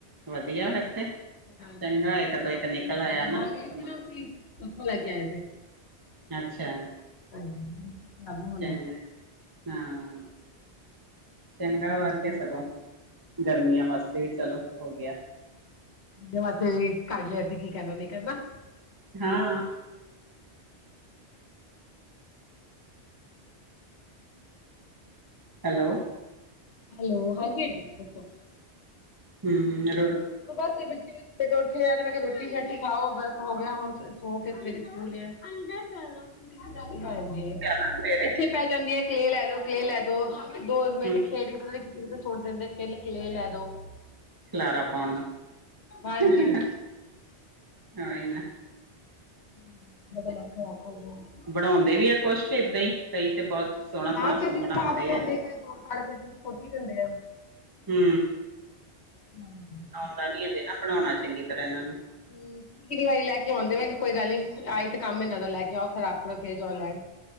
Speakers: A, on the right; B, on the left.
A: ਵਦੀਆ ਫਿਰ ਤੇ
B: ਹਾਂਜੀ
A: ਚੰਗਾ ਇੱਕ ਤੋਂ
B: ਲੈਕੇ
A: ਇੱਕ ਨਿਕਲ
B: ਆਏ ਹਾਂਜੀ
A: ਆਇਆ
B: ਮੋਲ਼
A: ਨਾ
B: ਗਏ ਸੀ
A: ਸਮਾਨ
B: ਨਾ ਅਸੀਂ ਓਥੋਂ ਲੈ ਕੇ ਆਏ ਸੀ।
A: ਅੱਛਾ।
B: ਹਾਂਜੀ। ਨਹੀਂ ਹੁੰਦਾ
A: ਚੰਗਾ ਹਾਂ ਚੰਗਾ ਵਾ ਕੇ ਸਗੋਂ ਗਰਮੀਆਂ ਵਾਸਤੇ ਵੀ ਚਲੋ ਹੋ ਗੇਆ।
B: ਜਾ ਵੈਸੇ ਕਰ ਲਿਆ ਅਸੀ ਕੀ ਕਰਨਾ ਨਈ ਕਰਨਾ।
A: ਹਾਂ। ਹੈਲੋ।
B: ਹੈਲੋ ਹਾਂਜੀ ਆਂਟੀ ਜੀ ਦੱਸੋ।
A: ਹੂੰ-ਹੂੰ ਰੋਨ
B: ਤੋ ਬਾਦ ਦੇ ਬੱਚੇ ਸੁੱਤੇ ਤੋ ਉੱਠੇ ਐ ਤੇ ਮੈਂ ਕਿਆ ਰੋਟੀ ਸ਼ੋਟੀ ਖਾਓ ਵਰਕ ਹੋ ਗਿਆ ਹੁਨ ਸੋ ਫੇਰ ਸਵੇਰੇ ਸਕੂਲ ਐ। ਅੰਦਰ ਚਲੋ ਭੈਨ ਜੀ
A: ਜਾਣਾ ਸਵੇਰੇ
B: ਪਿੱਛੇ ਪੈ ਜਾਂਦੀ ਐ। ਕਲੇਅ ਲੈਲੋ ਕਲੇਅ ਲੈ ਦੋ, ਦੋ ਮਿੰਟ
A: ਹਮ
B: ਖੇਡ ਕੇ ਪਤਾ ਨੀ ਕਿ ਥੇ ਕਿਤੇ ਸੁੱਟ ਦਿੰਦੇ <unintelligible> ਕਲੇ ਲੇਦੋ।
A: ਖਲਾਰਾ ਪੋਨ ਨਾਲ,
B: ਹਾਂਜੀ
A: ਕੋਈ ਨਾ।
B: <inaudible>
A: ਬਨੋਂਦੇ ਵੀ ਆ ਕੁੱਛ ਕੇ ਏਦਾਂ ਈ ਕਈ ਤੇ ਬੋਤ ਸੋਨਾ-ਸੋਨਾ
B: ਨਾ ਕਦੇ
A: ਬਨੌਂਦੇ
B: ਪੜਾ ਵੀ ਲੈਂਦੇ ਕਦੇ ਤੋੜ ਫਾੜ ਕੇ ਸੋਟੀ ਦਿੰਦੇ ਆ।
A: ਹੂੰ।
B: ਹਾਂਜੀ।
A: ਔਂਦਾ ਨੀ ਅਜੇ ਨਾ ਬਣਾਣਾ ਚੰਗੀ ਤਰ੍ਹਾਂ ਏਨਾਂ ਨੂੰ।
B: ਹੂੰ। ਕਿੰਨੀ ਵਾਰੀ ਲੈ ਕੇ ਔਂਦੇ ਮੈਂ ਕਿਆ ਕੋਈ ਗੱਲ ਨੀ ਆਈ ਤੇ ਕੰਮ ਏਨਾਂ ਦਾ ਲੈ ਕੇ ਆਓ ਖਰਾਬ ਕਰੋ ਫੇਰ ਜਾਓ ਲੈਣ।